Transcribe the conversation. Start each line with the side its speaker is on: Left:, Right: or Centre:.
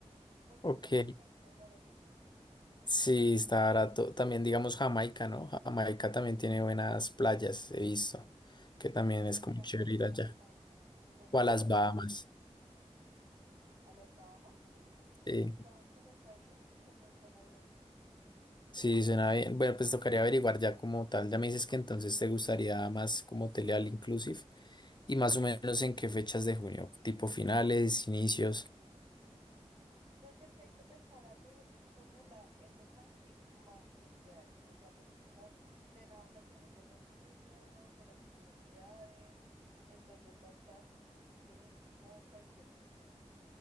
Right: porque
Left: Ok,
Right: me parece que está súper barato.
Left: sí, está barato. También digamos Jamaica, ¿no? Jamaica también tiene buenas playas, he visto, que también
Right: Oye,
Left: es
Right: me encantaría
Left: como chévere ir
Right: ir
Left: allá.
Right: a Jamaica, yo creo
Left: O
Right: que
Left: a las
Right: ya fue.
Left: Bahamas.
Right: ¿A las Bahamas? ¿m?
Left: Sí,
Right: ¿Sabes que nunca he ido? También suena bien.
Left: sí, suena bien. Bueno, pues tocaría averiguar ya como tal. Ya me dices que entonces te gustaría más como hotel all inclusive y más o menos en qué fechas de junio, tipo finales, inicios.
Right: Creo que es que hay que pensar algo y es que junio es la época en que más gente hay, o sea, porque es como plena vacaciones de los niños, de las universidades, entonces va a estar llenísimo cualquier sitio.